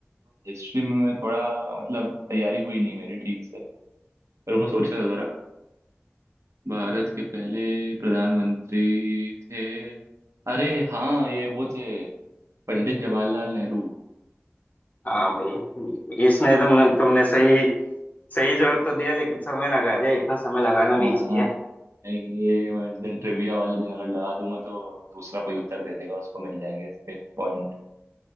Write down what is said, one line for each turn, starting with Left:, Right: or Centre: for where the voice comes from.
Right: हिस्ट्री में मैं थोड़ा मतलब तैयारी हुई नहीं मेरी ठीक से पर वो सोचने दो जरा भारत के पहले प्रधानमंत्री थे अरे हाँ ये वो थे पंडित जवाहरलाल नेहरू
Left: हाँ भाई इसमें तुम तुमने सही सही जवाब तो दिया लेकिन समय लगा दिया इतना समय लगाना
Right: हाँ
Left: नहीं चाहिए
Right: हाँ नहीं ये मैं उस दिन ट्रिविया वाले दिन अगर लगा दूंगा तो दूसरा कोई उत्तर दे देगा उसको मिल जाएंगे इसके पॉइंट